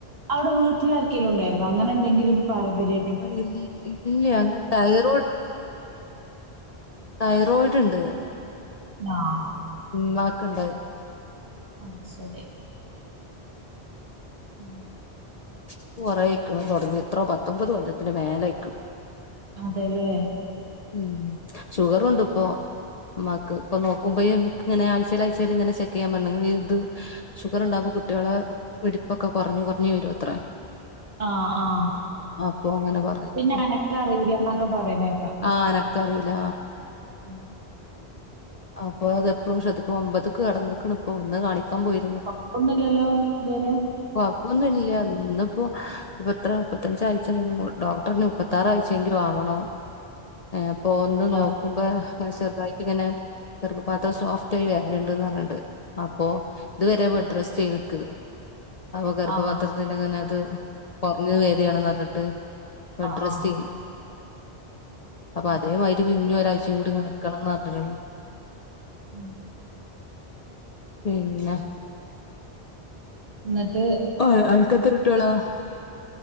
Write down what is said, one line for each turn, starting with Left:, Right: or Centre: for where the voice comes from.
Right: അവ്ടെ വീട്ടിലാർക്കേലു ണ്ടായിരുന്നോ അങ്ങനെന്തെങ്കിലും പാരമ്പര്യ
Left: <inaudible> ഇല്ല അങ്ങനെ തൈറോയ്ഡ് തൈറോയിഡ്ണ്ട്
Right: ആഹ്
Left: മ്മാക്ക്ണ്ടത്
Right: ആഹ് ശരി ഉം
Left: ക്ക് കുറേയ്ക്ക്ണ് തൊടങ്ങീട്ട് ത്രപത്തൊമ്പത് കൊല്ലത്തിന്റെ മേലായ്ക്ക്ണ്.
Right: അതെല്ലേ
Left: ഉം ഷുഗറുണ്ട്പ്പൊ ഇമ്മാക്ക് ഇപ്പൊ നോക്കുമ്പോ ഇങ്ങനെ ആഴ്ചയിൽ ആഴ്ചയിൽ ഇങ്ങനെ ചെക്ക് ചെയ്യാൻ പറഞ്ഞിണ് ഇത് ഷുഗർ ഉണ്ടാവകുമ്പോ കുട്ടികളെ വെടിപ്പൊക്കെ കുറഞ്ഞു കുറഞ്ഞു വരു അത്രേ
Right: ആഹ് ആഹ്
Left: അപ്പൊ അങ്ങനെ പറഞ്ഞു
Right: പിന്നെ അനക്കം അറിയില്ലന്നൊക്കെ പറയുന്നേക്കാ
Left: ആഹ് അനക്കം അറിയില്ല
Right: ഉം
Left: അപ്പൊ അത് എപ്പോളും ശ്രദ്ധിക്കണം ഒമ്പത് ക്ക് കടന്നാക്കണ് ഇപ്പൊ ഇന്ന് കാണിക്കാൻ പോയി
Right: കുഴപ്പൊന്നുല്ലല്ലോ ഇതുവരെ
Left: കൊപ്പൊന്നും ഇല്ല ഇന്ന് ഇപ്പോ എത്ര മുപ്പത്തഞ്ചാഴ്ച കഴിഞ് ഡോക്ടറിന് മുപ്പത്തി മുപത്താറാഴ്ചെങ്കിൽ ആവണം അപ്പൊ ഇന്ന്
Right: ഞാ
Left: നോക്കുമ്പോ ചെറുതായിട്ട് ഇങ്ങനെ ഗർഭപാത്രം സോഫ്റ്റായി വരന്ന്ണ്ട് പറഞ്ഞിണ്ട് അപ്പൊ ഇതുവരെ ബെഡ് റസ്റ്റ് ഏയ്ത്ക്ക്‌ അപ്പൊ ഗർഭപത്രത്തിന്റെ
Right: ആഹ്
Left: അങ്ങനെ അത് കുറഞ്ഞ് വ ഇതയണം എന്നുപറഞ്ഞിട്ട് ബെഡ്
Right: ആഹ്
Left: റെസ്റ്റിംഗാ
Right: ആഹ്
Left: അപ്പൊ
Right: ഉം
Left: അതേമാതിരി പിന്നെ ഒരാഴ്ച കൂടി ഇങ്ങനെ നിക്കണംന്ന് പറഞ്ഞ്ക്ക്ണ്
Right: ഉം.
Left: പിന്നെ
Right: ഇന്നട്ട്
Left: ഓ അനക്ക് അത്ര കുട്ടിയോളാ